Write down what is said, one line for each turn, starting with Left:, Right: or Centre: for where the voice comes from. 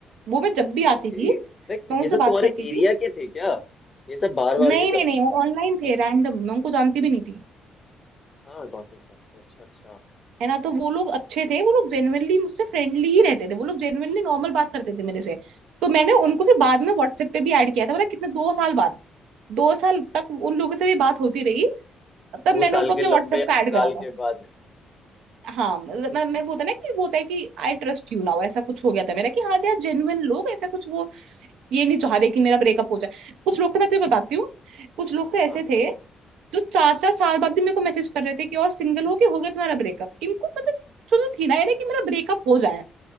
Right: वो मैं जब भी
Left: ओके
Right: आती थी
Left: लाइक
Right: मैं उनसे
Left: ये सब
Right: बात
Left: तुम्हारे
Right: करती
Left: एरिया
Right: थी
Left: के थे क्या ये सब बार बार
Right: नहीं
Left: के सब
Right: नहीं नहीं वो ऑनलाइन थे रैंडम मैं उनको जानती भी नहीं थी
Left: हाँ गॉट इट गॉट इट अच्छा अच्छा
Right: है ना तो वो लोग अच्छे थे वो लोग जेन्युइनली मुझसे फ्रेंडली ही रहते थे वो लोग जेन्युइनली नॉर्मल बात करते थे मेरे से तो
Left: हाँ
Right: मैंने
Left: हाँ
Right: उनको फिर बाद में व्हाट्सएप पे भी ऐड किया था पता है कितने दो साल बाद दो साल तक उन लोगों से भी बात होती रही
Left: दो
Right: तब मैंने
Left: साल
Right: उनको
Left: के
Right: अपने
Left: लंबे
Right: व्हाट्सएप पे
Left: अंतराल
Right: ऐड करा था
Left: के बाद
Right: हाँ मतलब मैं, मैं वो होता है ना कि वो होता है कि आई ट्रस्ट यू नाउ ऐसा कुछ हो गया था मेरा कि
Left: हाँ
Right: हाँ यार जेन्युइन लोग ऐसा कुछ वो ये नहीं चाह रहे कि मेरा ब्रेकअप हो जाए कुछ लोग तो मैं तुझे बताती हूँ कुछ लोग
Left: हाँ
Right: तो
Left: हाँ
Right: ऐसे थे जो चार चार साल बाद भी मेरे को मैसेज कर रहे थे कि और सिंगल हो के हो गया तुम्हारा ब्रेकअप इनको मतलब चुल थी ना यानी कि मेरा ब्रेकअप हो जाए